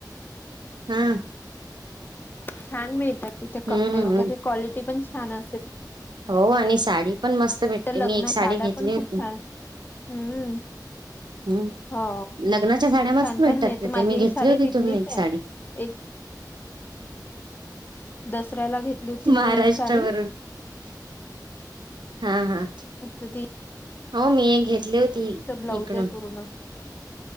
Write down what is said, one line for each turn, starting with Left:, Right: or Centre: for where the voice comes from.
Right: हा
Left: छान मिळतात तिथे
Right: हम्म
Left: कपडे, वगैरे क्वालिटी पण छान अस.
Right: हो आणि साडी पण मस्त भेटते,
Left: लग्न
Right: मी एक साडी
Left: साड्या
Right: घेतली
Left: पण
Right: होती.
Left: खूप छान हम्म
Right: हम्म
Left: हो
Right: लग्नाच्या साड्या मस्त
Left: छान
Right: भेटतात
Left: छान मिळते
Right: तिथे,
Left: माझी
Right: मी
Left: एक
Right: घेतली
Left: साडी
Right: होतीथून
Left: तिथलीच
Right: एक साडी.
Left: एक. दसऱ्याला घेतली होती मी
Right: महाराष्ट्रावरून,
Left: एक साडी
Right: <unintelligible> <unintelligible> हा, हा
Left: कधी,
Right: हो मी घेतली होती
Left: ब्लाऊज
Right: इकडून.
Left: आहे पूर्ण